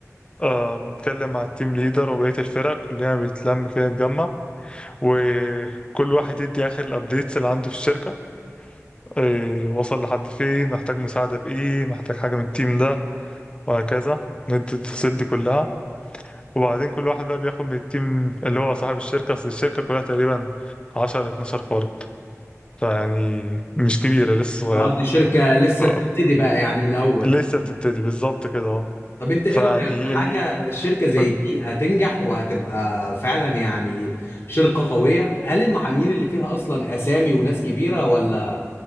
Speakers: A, on the left (about 20°); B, on the left (about 50°).
A: آه، بنتكلم مع التيم ليدر وبقية الفرق كلنا بنتلم كده نتجمع وكل واحد يدي اخر الابديتس اللي عنده في الشركه إيه وصل لحد فين محتاج مساعده في ايه محتاج حاجه من التيم ده وهكذا ندي التفاصيل دي كلها وبعدين كل واحد بقى بياخد من التيم اللي هو صاحب الشركه اصل الشركه كلها تقريبا 10 12 فرد فيعني مش كبيره لسه صغيره
B: اه دي شركة لسه
A: ف-
B: بتبتدي بقى يعني من الاول
A: لسه بتبتدي بالظبط كده اه
B: طب انت ايه
A: فيعني
B: رأيك حاجة
A: ال...
B: شركة زي
A: ال...
B: دي هتنجح وهتبقى فعلا يعني شركة قوية هل المعاملين اللي فيها اصلا اسامي وناس كبيرة ولا